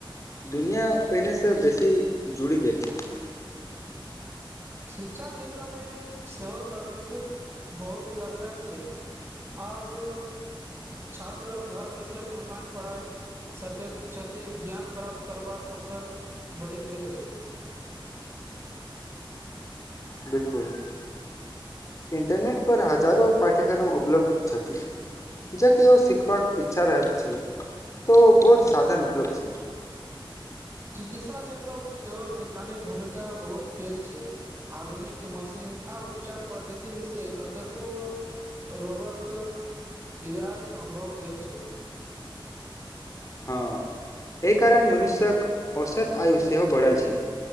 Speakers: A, on the left; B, on the right.
A: दुनियां पहिनेसँ बेसी जुड़ि गेल छै
B: शिक्षा क्षेत्र में सेहो तकनीकक बहुत यादगार छै आब छात्रा घर बैसल ऑनलाइन पढ़ाई सकैत छथि ज्ञान प्राप्त करबाक अवसर बढ़ि गेल छथि
A: बिल्कुल इंटरनेट पर हजारो पाठ्यक्रम उपलब्ध छथि जेके ओ सिखबाक इच्छा रहैत छै त ओ बहुत साधन उपलब्ध छै
B: चिकित्सा क्षेत्रो में सेहो वैज्ञानिक भूमिका बहुत पैघ छै आधुनिक मशीन आ उपचार पद्धति में से कतेको रोगक इलाज सम्भव गेल छै
A: हँ एहि कारण मनुष्यक औसत आयु सेहो बढ़ल छै